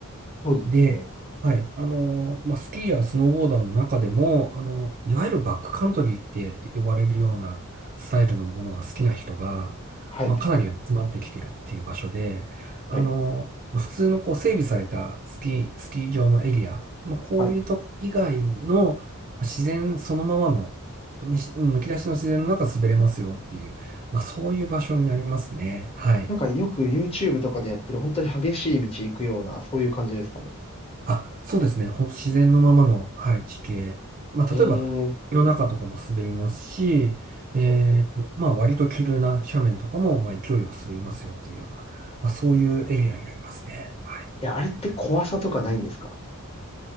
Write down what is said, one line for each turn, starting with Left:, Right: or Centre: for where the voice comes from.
Left: そうですよね。
Right: で、はい、あの、まあ、スキーやスノーボーダーの中でも、あの、いわゆるバックカントリーって呼ばれるようなスタイルのものが好きな人が、
Left: はい。
Right: まあ、かなり集まってきてるっていう場所で、あの、
Left: はい。
Right: まあ普通のこう整備されたスキー、スキー場のエリア、まあ、こういうとこ以外のまあ自然そのままの、
Left: はい。
Right: むしむき出しの自然の中滑れますよっていう、まあ、そういう場所になりますね。はい。
Left: なんかよく YouTube とかでやってる本当に激しい道行くような、そういう感じですかね。
Right: あ、そうですね。本当自然のままの、はい、地形。まあ、
Left: ええ
Right: 例えば、夜中とかも滑りますし、えーと、
Left: はいはい
Right: まあ、割と急な斜面とかも、まあ、勢いよく滑りますよっていうような、まあ、そういうエリアになりますね。はい。
Left: いや、あれって怖さとかないんですか